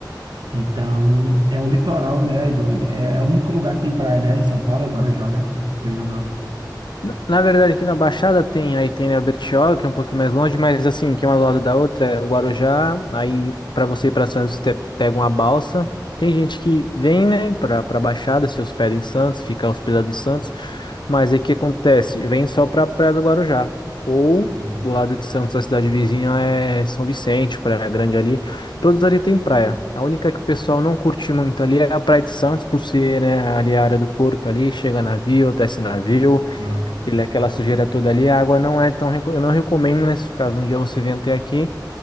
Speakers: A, on the right; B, on the left.
A: Então, é o litoral, né, e do, é, é o único lugar que tem praia, né, em São Paulo é o Guarujá, né? Tô enganado.
B: Na na verdade, aqui na Baixada tem, aí tem né, a Bertioga, que é um pouquinho mais longe, mas assim, que é uma do lado da outra, é o Guarujá, aí para você ir para Santos, você te- pega uma balsa. Tem gente que vem, né, para para Baixada, se hospeda em Santos, fica hospedado em Santos, mas aí o que acontece? Vem só para Praia do Guarujá, ou
A: Sim,
B: do lado de Santos, a cidade vizinha é São Vicente, Praia Grande ali, todos ali tem praia. A única que o pessoal não curte muito ali é a Praia de Santos, por ser, né, ali a área do porto ali, chega navio, desce navio,
A: nossa.
B: ele, é aquela sujeira toda ali, a água não é tão. reco- Eu não recomendo nesses casos. Um dia você vem até aqui,